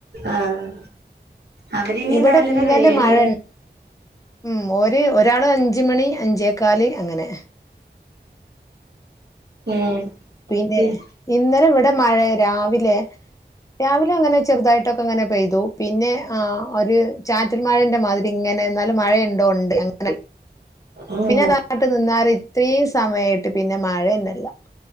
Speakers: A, on the right (about 70°); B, on the left (about 20°).
A: ആഹ അവര്നി
B: ഇവിടെ
A: നാലര
B: ഇന്നലെ
A: കഴിയല്ലേ
B: മഴ ഉം ഒര് ഒരാള് അഞ്ച മണി അഞ്ചേക്കാല് അങ്ങനെ
A: ഉം
B: പിന്നെ
A: ഉം
B: ഇന്നലെ ഇവിടെ മഴ രാവിലെ രാവിലെ അങ്ങനെ ചെറുതായിട്ടൊക്കെങ്ങനെ പെയ്തു പിന്നെ ആഹ ഒരു ചാറ്റൽ മഴന്റെ മാതിരി ഇങ്ങനെ എന്നാലും മഴയ ഉണ്ടോ ഉണ്ട് അല്ല
A: ഉം ഉം
B: പിന്നെതാട്ട് നിന്നാൽ ഇത്രയും സമയായിട്ട് പിന്നെ മഴന്നെയില്ല